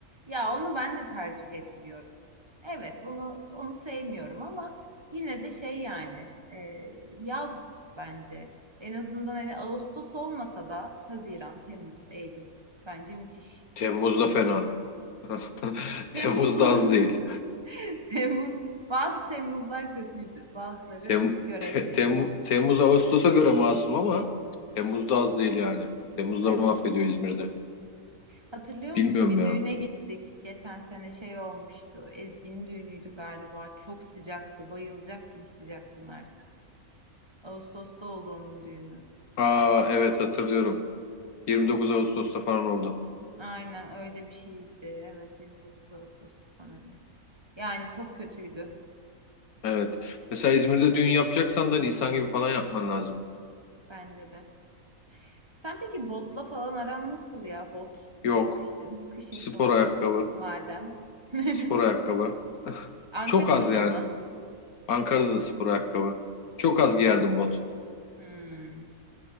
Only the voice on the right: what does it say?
Ya onu ben de tercih etmiyorum. Evet, onu onu sevmiyorum ama yine de şey yani e, yaz bence. En azından hani Ağustos olmasa da Haziran, Temmuz, Eylül bence müthiş.
Temmuz
o.
<laughs>
Temmuz bazı Temmuzlar kötüydü. Bazıları
görece
iyi.
Evet.
Hatırlıyor musun?
Bir
düğüne gittik. Geçen sene şey olmuştu. Ezgi'nin düğünüydü galiba. Çok sıcaktı. Bayılacaktım sıcaktan artık. Ağustos'ta oldu onun düğünü.
Aynen öyle bir şeydi. Evet 29 Ağustos'tu sanırım. Yani çok kötüydü
bence de. Sen peki botla falan aran nasıl ya? Bot ya-
kışın. Kış
insanısın
madem. <laughs>
Ankara'da
da mı?
Hmm.